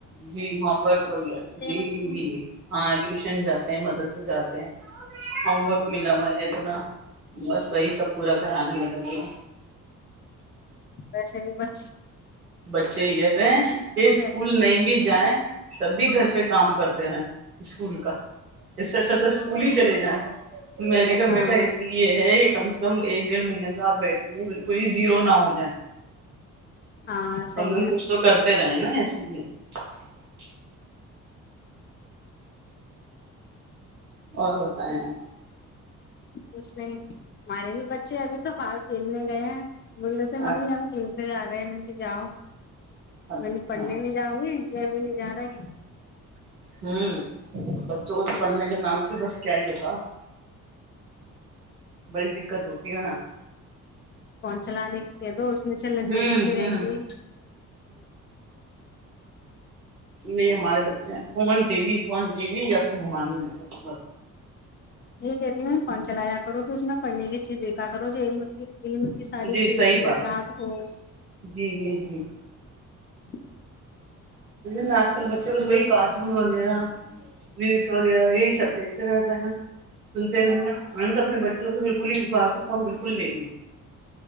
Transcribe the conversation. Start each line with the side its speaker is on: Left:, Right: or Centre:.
Right: جی ہوم ورک وغیرہ جی
Left: بچے
Right: جی ہاں اٹلیسٹ اسکول جاتے ہیں مدد سے جاتے ہیں ہوم
Left: ہاں
Right: ورک ملا میں اتنا بس وہی سب پورا کرانے میں لگے ہے
Left: ویسے نہیں بس
Right: بچے یہ کہتے ہیں کہ اسکول
Left: بہتر ہے۔
Right: نہیں بھی جائیں تب بھی گھر پہ کام کرتے اسکول کا اس سے اچھا تو اسکول ہی چلے جائیں میں نے
Left: ہاں
Right: کہا بیٹا اس لیے ہے ایک کم سے کم ایک ڈیڑھ مہینے کا آپ بیٹھیں گے بالکل ہی زیرو نہ ہو جائے
Left: ہاں
Right: کم
Left: صحیح
Right: لم
Left: ہے
Right: کچھ تو کرتے رہے نا <inaudible> اور بتائیں
Left: کچھ نہیں ہمارے بھی بچے ابھی تو باہر کھیلنے گئے ہیں بولے تھے ممی
Right: آپ؟
Left: ہم کین سے جا رہے ہیں م جاؤ
Right: اچھا
Left: م نے پڑھنے میں جاؤں گی ب نہیں جا رہے ہیں
Right: ہوں بچوں کو تو پڑھنے کے نام تو بس کیا ہی بتاؤ بڑی دقت ہوتی ہے نا
Left: چلان دو میں چل
Right: ہوں
Left: دیکھتے رہیں
Right: ہوں
Left: گے
Right: یہ ہمارے بچے ہیں phone T V phone T V ا پھر گھمانے لے س بس
Left: یہ کہتے ہیں پن چلایا کرو تو اس میں پڑھنے کی چیز دیکھا کرو جو علم کی ساری
Right: جی
Left: چیزیں
Right: صحیح
Left: تمیں
Right: بات
Left: یاد
Right: ہے
Left: ہو
Right: جی جی جی
Left: <inaudible>
Right: ل آج کل بچوں کو وہی کارٹون وغیرہ ریلس وغیرہ یہی سب دیکھتے رہتے ہیں سنتے نہیں ہیں میں نے تو اپنے بچوں سے بالکل ہی اس بار کو فون بالکل لے ل